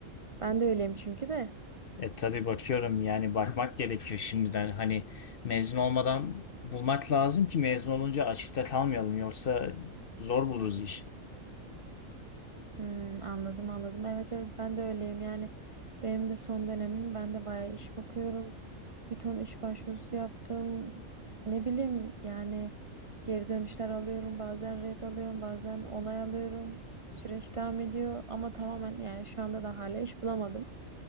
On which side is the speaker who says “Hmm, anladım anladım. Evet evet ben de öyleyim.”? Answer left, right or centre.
Right